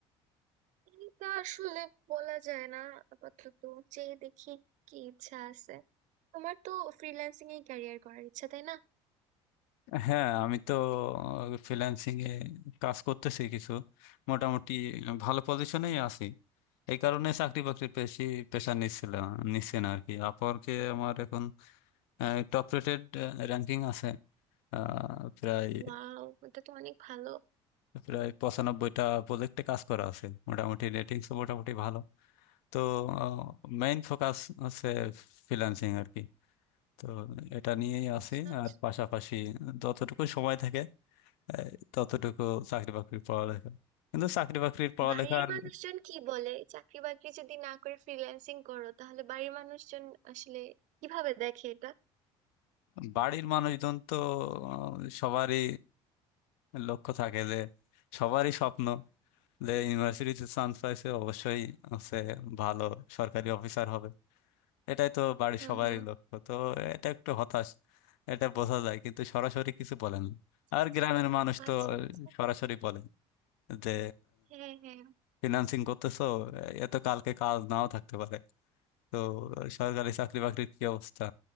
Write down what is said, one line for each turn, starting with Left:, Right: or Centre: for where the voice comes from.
Right: এটা আসলে বলা যায় না আপাতত যে দেখি কি ইচ্ছা আছে তোমার তো ফ্রিল্যান্সিং এ ক্যারিয়ার করার ইচ্ছা তাই না
Left: হ্যাঁ আমি তো ফ্রিল্যান্সিং এ কাজ করতেছি কিছু মোটামুটি ভালো পজিশনেই আছি এই কারণে চাকরি বাকরির বেশি প্রেশার নিচ্ছিলাম নিচ্ছে না আর কি আপওয়ার্কে আমার এখন টপ রেটেড র্যাঙ্কিং আছে আহ, প্রায়
Right: ওয়াও এটা তো অনেক ভালো
Left: প্রায় পঁচানব্বইটা প্রজেক্টে কাজ করা আছে মোটামুটি রেটিংস মোটামুটি ভালো তো মেইন ফোকাস হচ্ছে ফ্রিল্যান্সিং আর কি তো এটা নিয়েই আছি
Right: আচ্ছা, আচ্ছা।
Left: আর পাশাপাশি যতটুকু সময় থাকে এই ততটুকু চাকরি বাকরির পড়ালেখা কিন্তু চাকরি বাকরির পড়ালেখার
Right: বাড়ির মানুষজন কি বলে চাকরি বাকরি যদি না করে ফ্রিল্যান্সিং করো তাহলে বাড়ির মানুষজন আসলে কিভাবে দেখে এটা
Left: বাড়ির মানুষজন তো আহ, সবারই লক্ষ্য থাকে যে সবারই স্বপ্ন যে ইউনিভার্সিটিতে চান্স পাইছে অবশ্যই হচ্ছে ভালো সরকারি অফিসার হবে এটাই তো বাড়ির
Right: হুম
Left: সবারই
Right: হুম
Left: লক্ষ্য তো এটা একটু হতাশ এটা বোঝা যায় কিন্তু সরাসরি কিছু বলেন না আর
Right: আচ্ছা
Left: গ্রামের মানুষ
Right: আচ্ছা
Left: তো
Right: আচ্ছা
Left: সরাসরি বলেন যে
Right: হ্যাঁ হ্যাঁ
Left: ফিনান্সিং করতেছো এ তো কালকে কাজ নাও থাকতে পারে তো সরকারি চাকরি বাকরির কি অবস্থা